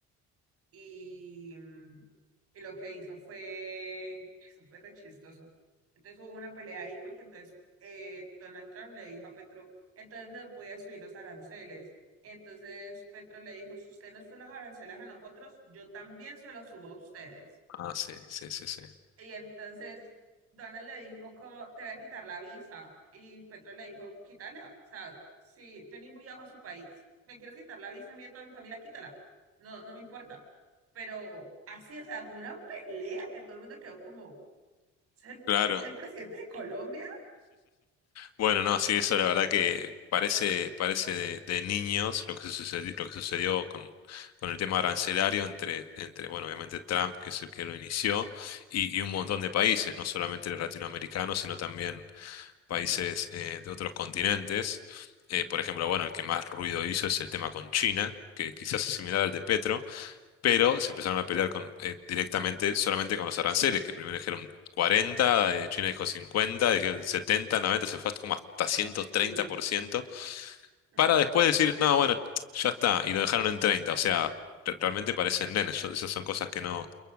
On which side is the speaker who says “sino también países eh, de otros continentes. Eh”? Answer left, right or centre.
Left